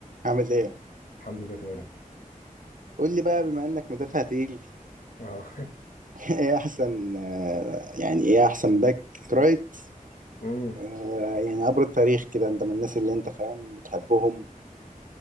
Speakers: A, on the right; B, on the left.
A: عامل ايه؟
B: الحمد لله تمام
A: قول لي بقى بما انك مدافع تقيل <laughs>
B: اه
A: ايه احسن آه، يعني ايه احسن باك رايت
B: <laughs> امم
A: آه، يعني عبر التاريخ كده انت من الناس اللي انت فاهم بتحبهم